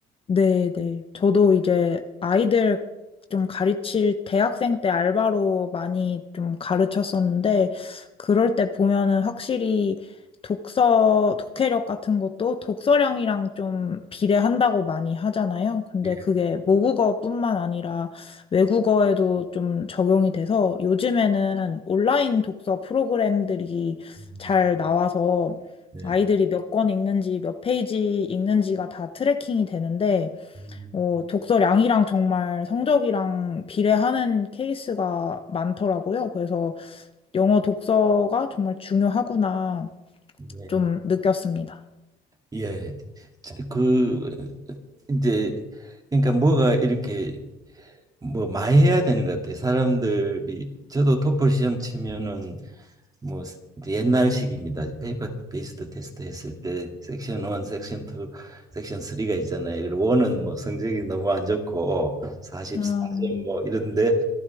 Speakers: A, on the left (about 35°); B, on the right (about 20°).
A: 네, 네. 저도 이제 아이들 좀 가르칠 대학생 때 알바로 많이 좀 가르쳤었는데, 그럴 때 보면은 확실히 독서, 독해력 같은 것도 독서량이랑 좀 비례한다고 많이 하잖아요. 근데
B: 예.
A: 그게 모국어뿐만 아니라 외국어에도 좀 적용이 돼서 요즘에는 온라인 독서 프로그램들이
B: 음,
A: 잘 나와서
B: 네.
A: 아이들이 몇 권 읽는지, 몇 페이지 읽는지가 다 트래킹이 되는데,
B: 음,
A: 어, 독서량이랑 정말 성적이랑 비례하는 케이스가 많더라고요. 그래서 영어 독서가 정말 중요하구나
B: 예.
A: 좀 느꼈습니다.
B: 예. 그 이제 그러니까 뭐가 이렇게 뭐 많이 해야 되는 것 같아요. 사람들이 저도 토플 시험 치면은 뭐 옛날식입니다. 페이퍼 베이스드 테스트 했을 때 섹션 1, 섹션 2, 섹션 3가 있잖아요. 그리고 1은 뭐 성적이 너무 안 좋고 44점
A: 아,
B: 뭐 이런데